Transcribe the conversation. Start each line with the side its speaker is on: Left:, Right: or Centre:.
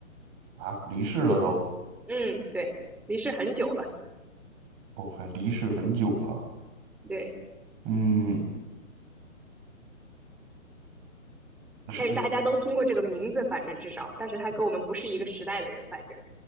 Right: 啊，离世了都。
Centre: 嗯，对，离世很久了，
Right: 哦，还离世很久了。
Centre: 对，
Right: 嗯，是
Centre: 但是大家都听过这个名字，反正至少，但是他跟我们不是一个时代的人，反正，